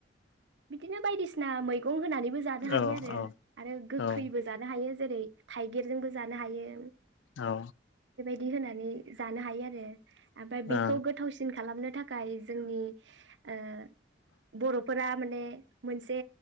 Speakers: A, on the right; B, on the left.
A: बिदिनो बायदिसिना मैगं होनानै बो जानो
B: औ
A: हायो
B: औ
A: आरो
B: औ
A: आरो गोखैबो
B: औ ओं
A: जानो हायो जेरै थाइगिरजोंबो जानो हायो
B: औ
A: दि होनानै जानो हायो आरो ओमफ्राय
B: औ
A: बेखौ गोथावसिन खालामनो थाखाय जोंनि ओ बर'फोरा माने मोनसे